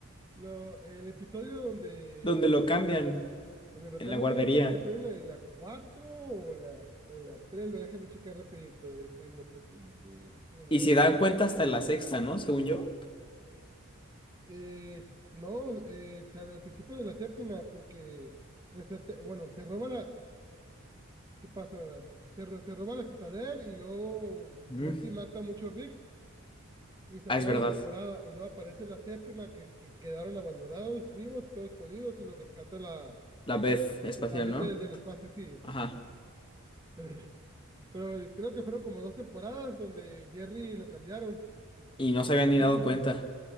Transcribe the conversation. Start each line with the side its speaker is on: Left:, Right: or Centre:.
Right: Lo, el episodio donde,
Left: donde lo cambian
Right: donde lo
Left: en
Right: cambian,
Left: la guardería.
Right: creo que fue en la, en la 4 o la, o la tres ¿verdad? Déjame checar rapidito. Este, Mortífice Samurai.
Left: Y se dan cuenta hasta la sexta, ¿no? Según yo.
Right: Eh, no, eh, al principio de la séptima, porque, resete- bueno, se roba la, ¿qué pasa, verdad? Se, ro- se roba la citadel y luego Morty
Left: Mm.
Right: mata a muchos Ricks y se
Left: Ah,
Right: acaba
Left: es verdad.
Right: la temporada y luego aparece la séptima que, que quedaron abandonados, vivos, todos jodidos y los rescata la,
Left: La vez espacial,
Right: la vez
Left: ¿no?
Right: desde el espacio, sí.
Left: Ajá.
Right: Pero Pero creo que fueron como dos temporadas donde Jerry lo cambiaron.
Left: Y no se habían ni dado
Right: <laughs>
Left: cuenta.